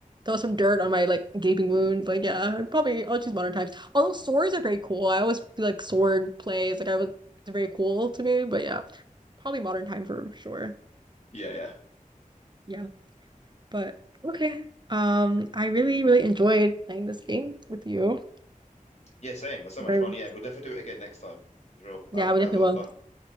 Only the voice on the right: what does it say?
Throw some dirt on my like gaping wound. Like, yeah, I'd probably I'll choose modern times. Although swords are very cool. I always feel like sword plays, like I was it's very cool to me, but yeah, probably modern time for sure.
Yeah. But okay. Um, I really, really enjoyed playing this game with you.
Or
yeah,
we
definitely
will.